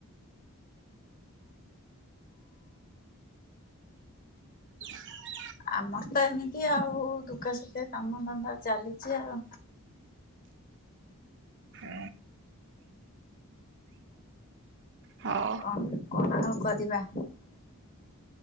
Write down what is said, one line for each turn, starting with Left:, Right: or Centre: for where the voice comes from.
Right: <unintelligible>
Left: ଆମର ତ ଏମିତି ଆଉ ଦୁଃଖ ସୁଖେ କାମ ଧନ୍ଦା ଚାଲିଛି ଆଉ।
Right: ହୁଁ। ହଉ।
Left: କ। <unintelligible> ଆଉ କରିବା।